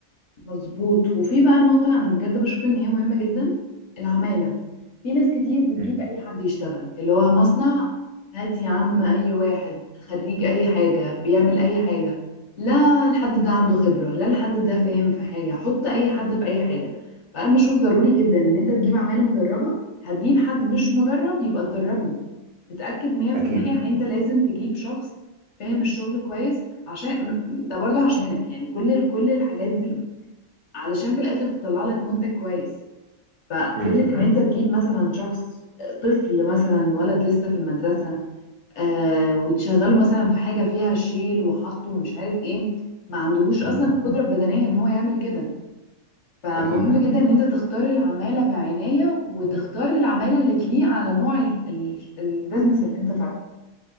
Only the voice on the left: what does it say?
مظبوط وفي بقى نقطة أنا بجد بشوف إن هي مهمة جدا العمالة في ناس كتير بتجيب
أي حد يشتغل اللي هو مصنع هات يا عم أي واحد خريج أي حاجة بيعمل أي حاجة لا الحد ده عنده خبرة لا الحد ده فاهم في حاجة حط أي حد في أي حاجة فأنا بشوف ضروري جدا إن أنت تجيب عمالة مدربة هتجيب حد مش مدرب يبقى تدربه تتأكد 100%
إن أنت لازم تجيب شخص فاهم الشغل كويس عشان ده برضو عشانك يعني كل كل الحاجات دي علشان في الاخر تطلع لك منتج كويس ففكرة
ان انت تجيب مثلا شخص آه، طفل مثلا ولد لسه في المدرسة آه وتشغله مثلا في حاجة فيها شيل وحط ومش عارف ايه ما عندهوش اصلا
القدرة البدنية ان هو يعمل كده فمهم
جدا ان انت تختار العمالة بعناية وتختار العمالة اللي تليق على نوع ال- ال- البيزنس اللي انت فاتحه